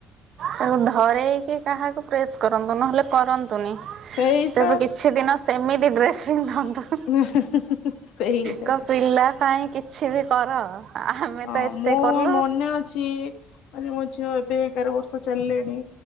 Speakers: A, on the right; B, on the left.
A: ତାକୁ ଧରେଇକି କାହାକୁ ପ୍ରେସ୍ କରନ୍ତୁ ନହେଲେ କରନ୍ ନ୍ତୁନି
B: ସେଇ
A: ସେ
B: ପା
A: ବି କିଛି ଦିନ ସେମିତି ଡ୍ରେସ୍ ପିନ୍ଧନ୍ତୁ।
B: ହୁଁ ହୁଁ ହୁଁ ହୁଁ ସେଇଆ।
A: କ ପିଲା ପାଇଁ କିଛି ବି କର। ଆମେ
B: ହଁ
A: ତ ଏତେ
B: ମୋ
A: କଲୁ।
B: ମନେ ଅଛି ମାନେ ମୋ ଝିଅ ଏବେ ଏଗାର ବର୍ଷ ଚାଲିଲାଣି।